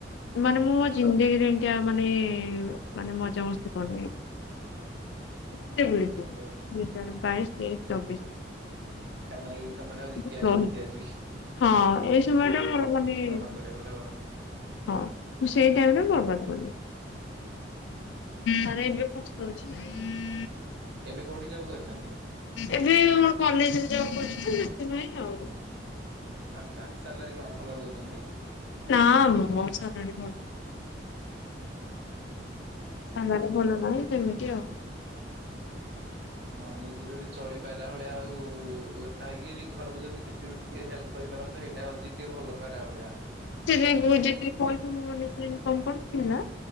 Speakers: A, on the left; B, on the right.
A: ମାନେ ମୁଁ
B: ହଁ
A: ମୋ ଜିନ୍ଦେଗିରେ ଏମ୍ ତିଆ ମାନେ-ଏ, ମାନେ ମଜା ମସ୍ତି କରିନି। ଏତେ ବୁଲିଚି!
B: ଏଆ।
A: ଦୁଇ ହଜାର ବାଇଶ, ତେଇଶ, ଚବିଶ୍।
B: କାରଣ ଏଇ ସମୟଟା ହଉଚି କ୍ୟାରିଅର
A: ସ୍ଲୋ ହେଇଯାଇଛି।
B: ତିଆରିହି।
A: ହଁ, ଏଇ ସମୟ ଟା ମୋର ମାନେଁ
B: ନ କରିବ ବୋଲେ ମୋର
A: ହଁ, ମୁଁ ସେଇ ଟାଇମ୍
B: ହଇରାଣ
A: ରେ ବର୍ବାଦ। ବଲେ, ତାରେ ଏବେ ପସ୍ତଉଚି ଆଉ।
B: ଏବେ କୋଉଠି ଜବ୍ କରିଚନ୍ତି?
A: ଏବେ ଏଇଓ କଲେଜରେ ଜବ୍ କରିଚି ତ, ସେଥିପାଇଁ ଆଉ।
B: ଆଚ୍ଛା, ସାଲାରୀ କଣ ଭଲ ଦଉଚନ୍ତିଁ?
A: ନାଁ ମଁ ସାଲାରୀ ଭଲ ନା
B: ଆଚ୍ଛା
A: ସଲାରୀ ଭଲ ନାହିଁ, ସେମିତି ଆଉ।
B: ହଁ, ନିଜେ ଯଦି ଚଳିପାଇଲା ଭଳିଆ ହଉ-ଉ, ଏତା ହେଇକି ବି ଘରକୁ ଯଦି କେତେ ବି ଟିକେ ହେଲ୍ପ କରିପାରନ୍ତେ? ହେଇ ଏଟା ହଉଚି ଟିଏ ଭଲ କହିଲା ଓଳିଆ।
A: ସେଇଥିପାଇଁ କହୁଚି ଟିକେ ପଇସା ମୁଁ ମୋ ନିଜେ ଇନ୍ କମ୍ କରିକିନା